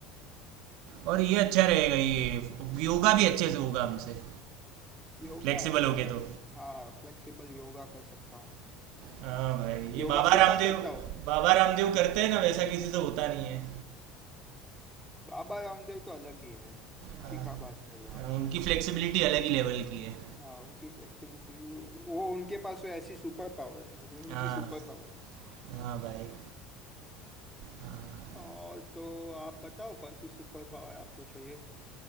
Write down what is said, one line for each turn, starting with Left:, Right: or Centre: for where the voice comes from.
Right: और ये अच्छा रहेगा ये योगा भी अच्छे से होगा हमसे
Centre: योगा
Right: फ्लेक्सिबल
Centre: योगा
Right: हो गए तो
Centre: भी हाँ फ्लेक्सिबल योगा कर सकता हूँ
Right: हाँ भाई ये
Centre: योगा
Right: बाबा
Centre: सिखा
Right: रामदेव
Centre: सकता हूँ
Right: बाबा रामदेव करते हैं ना वैसा किसी से होता नहीं है
Centre: बाबा रामदेव तो अलग ही है उनकी
Right: हाँ
Centre: क्या बात कर रहे हो आप
Right: हाँ, उनकी फ्लेक्सिबिलिटी अलग ही लेवल की है
Centre: हाँ उनकी फ्लेक्सिबिलिटी वो उनके पास तो ऐसी सुपर पावर है वो उनकी
Right: हाँ
Centre: सुपर पावर
Right: हाँ भाई हाँ
Centre: और तो आप बताओ कौन सी सुपर पावर आपको चाहिए